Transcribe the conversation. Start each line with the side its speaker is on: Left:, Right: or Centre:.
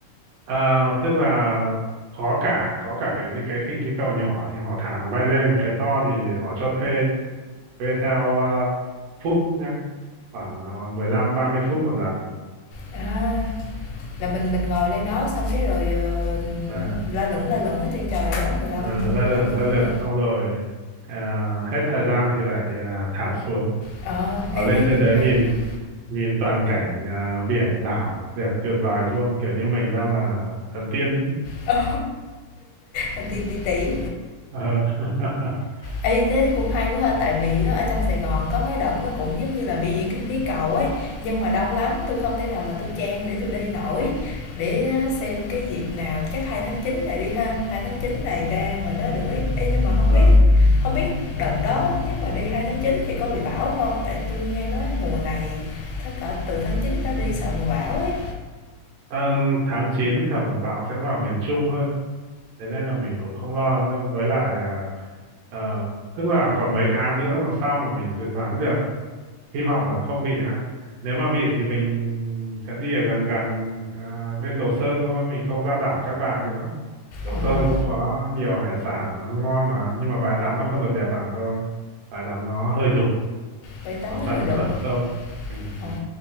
Right: Ờ, tức là có cả có cả cái những cái khinh khí cầu nhỏ thì họ thả nó bay lên, cái to thì họ cho thuê thuê theo ờ, phút nhá, khoảng ờ, mười lăm ba mươi phút một lần.
Left: À, là mình mình ngồi lên đó xong cái rồi, ờ,
Right: À,
Left: la lửng, la lửng ở trên trời á,
Right: à, lơ
Left: ba
Right: lửng
Left: mươi
Right: lơ
Left: phút
Right: lửng
Left: đó.
Right: xong rồi à, hết thời gian thì lại à, thả xuống.
Left: Ờ,
Right: Ở
Left: ê,
Right: lên
Left: thấy
Right: trên
Left: cũng
Right: đấy
Left: hay
Right: nhìn
Left: quá
Right: nhìn toàn cảnh à, biển đảo đẹp tuyệt vời luôn, kiểu như mình đang là thần tiên ấy.
Left: Ừ, làm tiên tí tỉ.
Right: Ờ. <laughs>
Left: Ê, thế cũng hay quá ha, tại vì á, ở trong Sài Gòn có mấy đợt nó cũng giống như là biểu diễn khinh khí cầu ấy, nhưng mà đông lắm, tôi không thể nào mà tôi chen để tôi đi nổi. Để á, xem cái dịp nào, chắc 2 tháng 9 này đi ha, 2 tháng 9 này ra ngoài đó được ấy. Ê, nhưng mà không
Right: Ờ,
Left: biết không biết đợt đó nếu mà đi 2 tháng 9 thì có bị bão không Tại tôi nghe nói mùa này tháng cỡ từ tháng 9 trở đi sợ mùa bão ấy.
Right: Ừm, tháng 9 thường bão sẽ vào miền Trung hơn thế nên là mình cũng không lo lắm đâu với lại à, ờ, tức là còn mấy tháng nữa mà sao mà mình dự đoán được hy vọng là không bị ha nếu mà bị thì mình sẽ đi ở gần gần à, bên Đồ Sơn thôi mình không ra đảo Cát Bà nữa Đồ
Left: Ờ,
Right: Sơn cũng có nhiều hải sản mà ăn ngon mà nhưng mà bãi tắm nó không được đẹp bằng thôi bãi tắm nó hơi đục
Left: bãi tắm
Right: nó
Left: nó
Right: gần
Left: hơi đục
Right: cửa
Left: hông?
Right: sông ừ, ừ
Left: Ờ,